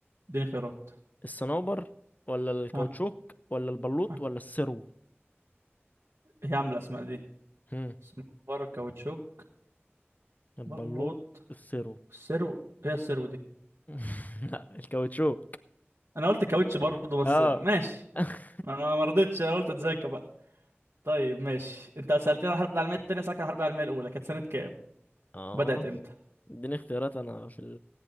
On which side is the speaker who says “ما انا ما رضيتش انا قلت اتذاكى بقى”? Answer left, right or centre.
Right